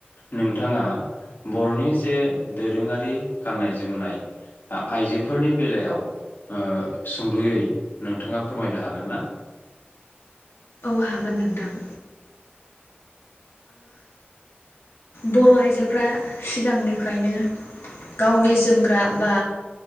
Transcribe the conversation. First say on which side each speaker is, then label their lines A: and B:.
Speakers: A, on the left; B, on the left.
A: नोंथाङा बरनि जे दोरोङारि गाननाय जोमनाय आइजोफोरनि बेलायाव ओ सुंदयै नोंथाङा फोरमायनो हागोन ना?
B: औ हागोन नोंथां। बर' आइजोफ्रा सिगांनिफ्रायनो गावनि जोमग्रा बा